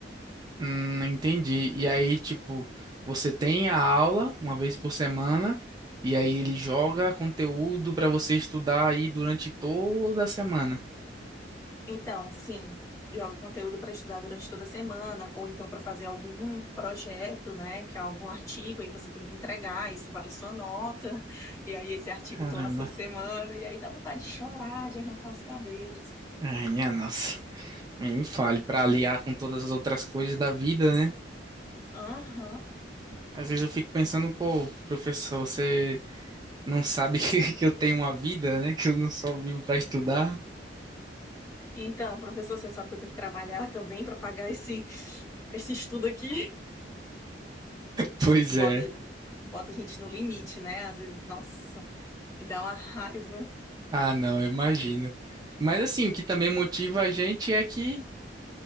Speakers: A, on the right (about 20°); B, on the left (about 20°).
A: Hum, entendi. E aí, tipo, você tem a aula uma vez por semana, e aí ele joga conteúdo para você estudar aí durante toda a semana.
B: Então, sim, joga conteúdo para estudar durante toda a semana, ou então para fazer algum projeto, né, que é algum artigo, aí você tem que entregar, isso vale sua nota, <laughs> e aí esse artigo
A: Caramba.
B: toma sua semana, e aí dá vontade de chorar, de arrancar os cabelos.
A: Ai, minha nossa. Nem me fale, para aliar com todas as outras coisas da vida, né?
B: Aham.
A: Às vezes eu fico pensando, pô, professor, você não sabe <laughs> que, que eu tenho uma vida, né? Que eu não só vivo para estudar?
B: Então, professor, você não sabe que eu tenho que trabalhar também para pagar esse, esse estudo aqui?
A: Pois
B: Bota,
A: é.
B: bota a gente no limite, né? Às vezes, nossa, me dá uma raiva.
A: Ah, não, eu imagino. Mas assim, o que também motiva a gente é que